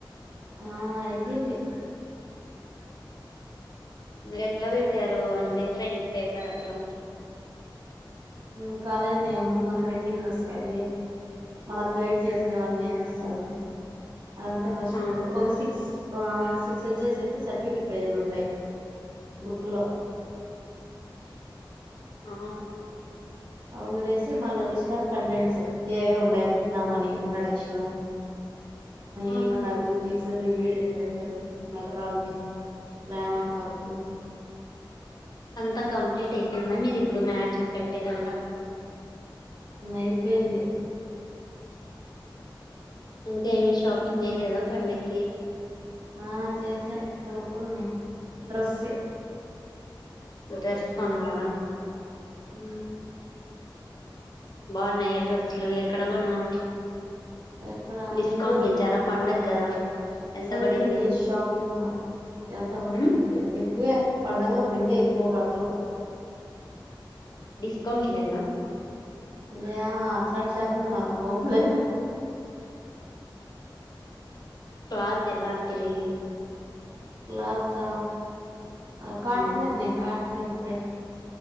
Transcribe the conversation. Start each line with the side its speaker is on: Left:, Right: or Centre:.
Right: ఆ అయిపోయింది
Left: ఎట్లా పెట్టారు అంటె ఫ్రంట్ పేపర్ అట్లా
Right: మ్మ్ కాలేజ్ నేమ్ మన హెడ్డింగ్ వస్ పదే మనకు గైడ్ జేసిన వాళ్ళని ఏమ్ <unintelligible> అదంతా ఫస్ట్
Left: ఆ
Right: ఒక సిక్స్ ఆ సిక్స్ ఐ చేసేటి స్సర్టిఫికేట్ పేలు ఉంటాయి బుక్ లో
Left: ఆ
Right: ఉండేసి మళ్ళ లిస్ట్ ఆఫ్ కంటెంట్స్ ఏవేవ్ ఉండయి బట్టన్నామని ఇంట్రొడక్షను
Left: ఆహా
Right: ఏమండ objectives view literature methodology plan of work
Left: అంతా కంప్లీట్ అయిపోయింది అని ఇది ఇప్పుడు మ్యాటర్ పెట్టడం
Right: అయిపోయింది
Left: ఇంకా ఏమి షాపింగ్ చేయలేదా పండగకి
Right: ఆ చేసా కొనుక్కున్నా డ్రాసే
Left: డ్రెస్ కొన్నావా
Right: ఉ
Left: బాగున్నాయి ఎ డ్రెస్సులు ఎక్కడ ఎడ కొన్నావు
Right: ఇక్కడ
Left: డిస్కౌంట్
Right: నెల్లూరు
Left: ఇచ్చార పండగ్ కదా ఎంత
Right: సౌత్
Left: పడింది
Right: ఇండియా షాపింగ్ మాల్ ఎంత పడిందంటే
Left: ఉమ్
Right: ఎక్కువే పండగలు డింగ ఎక్కువ బట్టలు
Left: అకౌంట్ లేదా
Right: గా అట్లాంటి షాపింగ్ మాలకు బోమ్ లే <unintelligible>
Left: క్లాత్ ఎలాంటిది
Right: క్లాత్ ఆ ఆ కాటన్
Left: ఉమ్
Right: నే కాట్నయితే